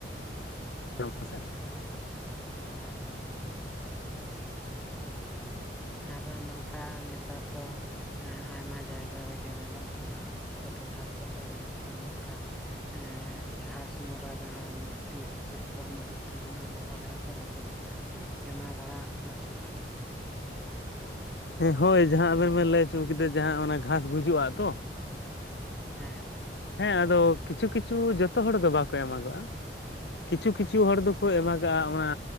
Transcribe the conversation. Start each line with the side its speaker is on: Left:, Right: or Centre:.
Left: <unintelligible> ᱥᱮ,
Centre: ᱦᱮᱸ ᱦᱮᱸᱻ ᱟᱨ ᱱᱚᱝᱠᱟ ᱱᱮᱛᱟᱨ ᱫᱚ ᱮᱸᱻ ᱟᱭᱢᱟ ᱡᱟᱭᱜᱟ ᱨᱮᱜᱮ ᱧᱮᱞᱚᱜ ᱠᱟᱱᱟ ᱥᱮ ᱴᱚᱴᱷᱟ ᱠᱚᱨᱮᱜᱮ ᱧᱮᱞᱚᱜ ᱠᱟᱱᱟ ᱱᱚᱝᱠᱟ ᱮᱸᱻ ᱜᱷᱟᱥᱢᱚᱨᱟ ᱡᱟᱦᱟᱸ ᱚᱱᱟ ᱵᱤᱥ ᱠᱚ ᱮᱢᱟᱜ ᱠᱟᱱᱟ ᱚᱱᱟ ᱫᱚ ᱛᱟᱦᱞᱮ ᱟᱯᱮ ᱚᱱᱛᱮ ᱫᱚᱯᱮ ᱮᱢᱟ ᱵᱟᱲᱟᱜ ᱠᱟᱱᱟ ᱥᱮ ᱵᱟᱝ ᱜᱮ
Left: ᱦᱮᱸ ᱦᱳᱭ ᱡᱟᱦᱟᱸ ᱟᱵᱮᱱ ᱵᱮᱱ ᱞᱟᱹᱭ ᱦᱚᱪᱚ ᱠᱮᱫᱟ ᱡᱟᱦᱟᱸ ᱚᱱᱟ ᱜᱷᱟᱥ ᱜᱩᱡᱩᱜ ᱟᱛᱚ
Centre: ᱦᱮᱸ ᱦᱮᱸ
Left: ᱦᱮᱸ ᱟᱫᱚ ᱠᱤᱪᱷᱩ ᱠᱤᱪᱷᱩ ᱡᱚᱛᱚ ᱦᱚᱲ ᱫᱚ ᱵᱟᱠᱚ ᱮᱢᱟᱜᱚᱜᱼᱟ ᱠᱤᱪᱷᱩ ᱠᱤᱪᱷᱩ
Centre: ᱟᱪᱪᱷᱟ
Left: ᱦᱚᱲ ᱫᱚᱠᱚ ᱮᱢᱟᱜ ᱟᱻ ᱚᱱᱟ